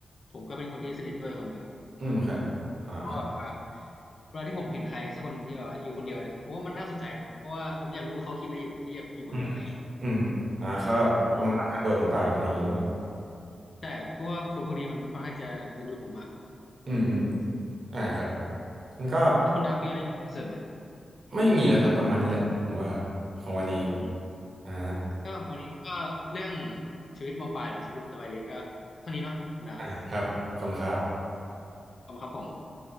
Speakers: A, on the left; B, on the right.
A: ผมก็เป็นคนที่สนิทด้วยคนหนึ่ง
B: อืมครับอ่าเขา
A: เพราะว่าแบบว่าเวลาที่ผมเห็นใครสักคนหนึ่งที่แบบว่าอยู่คนเดียวเนี่ยผมว่ามันน่าสนใจนะเพราะว่าผมอยากรู้ว่าเขาคิดอะไรอยู่ที่แบบอยู่คนเดียวอะไรอย่างงี้
B: อืมอืมอ่าเขาแบบประมาณรักสันโดษหรือเปล่าอะไรอย่างนี้หรือเปล่า
A: อืมใช่เพราะว่าคนพวกนี้มันค่อนข้างจะดึงดูดผมมาก
B: อืมอืมอ่าครับมันก็
A: แล้วคุณดับมีอะไรจะเสริมไหม
B: ไม่มีแล้วครับประมาณนี้แหละผมว่าของวันนี้
A: อืม
B: อ่า
A: ก็วันนี้ก็เรื่องชีวิตมปลายแล้วชีวิตระบายเรียนก็เท่านี้เนาะคุณดับ
B: อ่าครับขอบคุณครับ
A: ขอบคุณครับผม